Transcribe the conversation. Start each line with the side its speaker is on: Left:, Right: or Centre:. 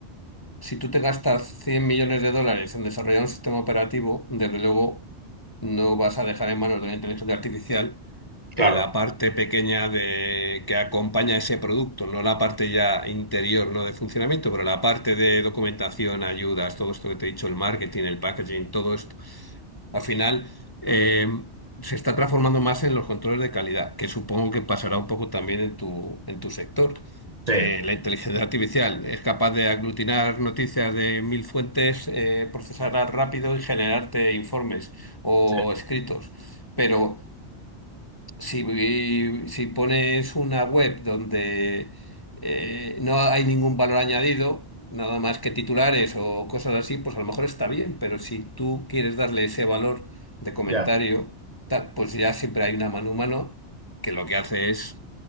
Left: Si tú te gastas 100 millones de dólares en desarrollar un sistema operativo, desde luego no vas a dejar en manos de la inteligencia artificial
Right: Claro,
Left: eh, la parte pequeña de que acompaña ese producto, no la parte ya interior, no de funcionamiento, pero la parte de documentación, ayudas, todo esto que te he dicho, el marketing, el packaging, todo esto. Al final eh, se está transformando más en los controles de calidad, que supongo que pasará un poco también en tu, en tu sector.
Right: sí,
Left: Eh, la inteligencia artificial es capaz de aglutinar noticias de mil fuentes, eh, procesarlas rápido y generarte informes o
Right: Sí.
Left: escritos. Pero si, si pones una web donde eh, no hay ningún valor añadido, nada más que titulares o cosas así, pues a lo mejor está bien, pero si tú quieres darle ese valor de comentario,
Right: ya.
Left: tal, pues ya siempre hay una mano humano que lo que hace es